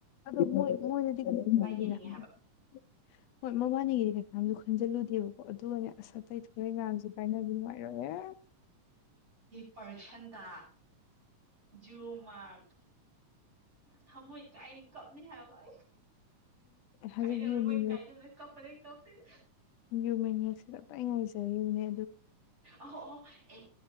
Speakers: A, on the left; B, on the right.
A: ꯑꯗꯨꯏ ꯃꯣꯏ ꯃꯣꯏꯗꯤ <unintelligible>
B: ꯌꯦꯡꯅꯤꯡꯉꯦ ꯍꯥꯏꯕ
A: ꯍꯣꯏ ꯃꯕꯥꯅꯤꯒꯤꯗꯤ ꯀꯩꯀꯥꯁꯨ ꯈꯟꯖꯤꯜꯂꯨꯗꯦꯕ ꯑꯣ ꯑꯗꯨꯒꯅꯦ ꯑꯁ ꯑꯇꯩ ꯊꯣꯛ ꯂꯛꯏ ꯃꯌꯥꯝꯁꯦ ꯀꯥꯏꯅꯗꯤ ꯅꯨꯡꯉꯥꯏꯔꯣꯏꯍꯦ
B: ꯄꯔꯁꯟꯇꯥ ꯖꯨ ꯃꯥꯔ ꯊꯃꯣꯏ ꯀꯥꯏꯅꯤ ꯀꯞꯅꯤ ꯍꯥꯏꯕ ꯑꯩ
A: ꯍꯧꯖꯤꯛ
B: ꯀꯥꯏꯅꯕꯅꯤ
A: ꯌꯨꯅꯤ
B: ꯃꯣꯏ ꯀꯥꯏꯅꯕꯅ ꯀꯞꯄꯅꯦ ꯀꯞꯄꯅꯦ
A: ꯌꯨꯃꯤꯅꯤꯌꯥꯁꯤꯔ ꯑꯩ ꯉꯥꯏꯖꯔꯤꯕ ꯅꯦ
B: ꯑꯍꯣ ꯑꯍꯣ ꯑꯦ